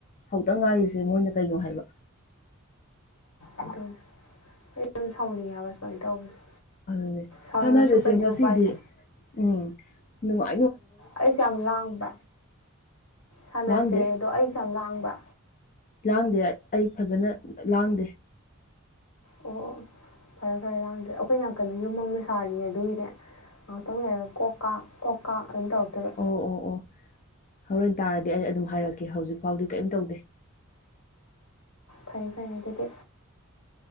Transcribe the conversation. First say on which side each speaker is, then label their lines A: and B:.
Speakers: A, on the left; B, on the left.
A: ꯍꯧꯗ ꯉꯥꯏꯔꯤꯁꯦ ꯃꯣꯏꯅ ꯀꯩꯅꯣ ꯍꯥꯏꯕ
B: ꯑꯗꯨꯅꯦ ꯈꯣꯢꯗꯧ ꯁꯥꯎꯅꯤꯡꯉꯦ ꯍꯥꯏꯕ ꯁꯨꯃꯥꯏꯟ ꯇꯧꯕꯁꯦ
A: ꯑꯗꯨꯅꯦ
B: ꯁꯥꯎꯅꯤꯡꯉꯁꯨ
A: ꯀꯥꯟꯅꯗꯁꯦ
B: ꯀꯩꯗꯤ
A: ꯉꯁꯤꯗꯤ
B: ꯎꯄꯥꯏ ꯂꯩ
A: ꯎꯝ ꯅꯨꯡꯉꯥꯢ
B: ꯑꯩꯁꯦ ꯌꯥꯝ ꯂꯥꯡꯕ꯭ꯔꯥ ꯁꯥꯟꯅꯁꯦ
A: ꯂꯥꯡꯗꯦ
B: ꯑꯗꯣ ꯑꯩꯁꯦ ꯌꯥꯝ ꯂꯥꯡꯕ꯭ꯔꯥ
A: ꯂꯥꯡꯗꯦ ꯑꯩ ꯐꯖꯅ ꯂꯥꯡꯗꯦ
B: ꯑꯣ ꯑꯣ ꯐꯔꯦ ꯐꯔꯦ ꯂꯥꯟꯗ꯭ꯔꯦ ꯑꯈꯣꯏ ꯅꯥꯀꯟꯗ ꯌꯨꯝ ꯑꯃ ꯁꯥꯔꯤꯌꯦ ꯑꯗꯨꯒꯤꯅꯦ ꯉꯥꯛꯇꯪ ꯂꯩꯔ ꯀꯣꯛꯀꯥꯛ ꯀꯣꯛꯀꯥꯛ ꯑꯗꯨꯝ ꯇꯧꯔꯛꯇꯣꯢꯕ
A: ꯑꯣ ꯑꯣ ꯑꯣ ꯍꯣꯔꯦꯟ ꯇꯥꯔꯗꯤ ꯑꯩ ꯑꯗꯨꯝ ꯍꯥꯏꯔꯛꯀꯦ ꯍꯧꯖꯤꯛ ꯐꯥꯎꯗꯤ ꯀ꯭ꯌꯝ ꯇꯧꯗꯦ
B: ꯐꯔꯦ ꯐꯌꯦ ꯑꯗꯨꯗꯤ